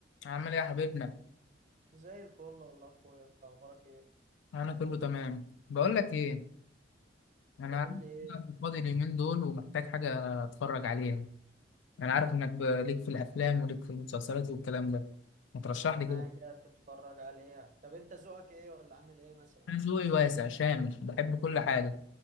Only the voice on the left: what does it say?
عامل ايه يا حبيبنا
انا كله تمام بقول لك ايه انا
عم- فاضي اليومين دول ومحتاج حاجه اتفرج عليها انا عارف انك ب- ليك في الافلام وليك في المسلسلات والكلام ده ما ترشح
لي كده
انا ذوقي واسع شامل بحب كل حاجه